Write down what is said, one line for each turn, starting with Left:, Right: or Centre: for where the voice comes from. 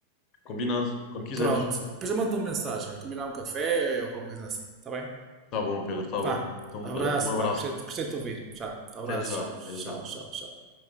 Left: Combinado, quando quiseres.
Right: Pronto. Depois eu mando uma mensagem. Combinar um café ou qualquer coisa assim. Está bem?
Left: Tá bom, Pedro, tá
Right: Pá.
Left: bom. Então,
Right: Abraço,
Left: olha, um abraço.
Right: pá. Gostei, gostei de te ouvir. Tchau. Abraço.
Left: Até já,
Right: Tchau.
Left: até
Right: Tchau,
Left: já.
Right: tchau, tchau.